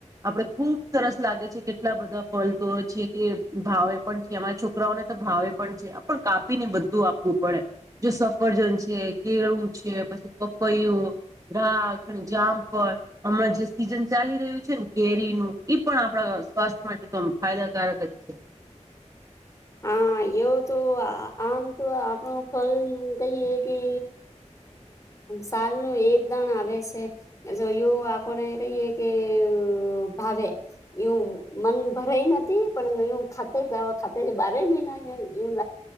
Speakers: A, on the right (about 25°); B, on the left (about 25°).
A: આપડે ખુબ સરસ લાગે છે કેટલા બધા ફલ તો છે કે ભાવે પણ છે અમારા છોકરાઓને તો ભાવે પણ છે આપણ કાપીને બધું વું પડે જો સફરજન છે કેળું છે પછી પપૈું ઘાખ જામફળ હમણાં જે સીઝન ચાલી રહ્યું છે ને કેરીનું એ પણ આપણા સ્વાસ્થ્ય માટે તો ફાયદાકારક જ છે
B: હા એવો તો આમ તો આપણો ફલ કહીએ કે સાલ ન એકદણ આવે છે જો એવ આપણે કહીએ કે ભાવે એું મન ભરાય નથી પણ એ ખાતે જ ખા બારે મહિના એવું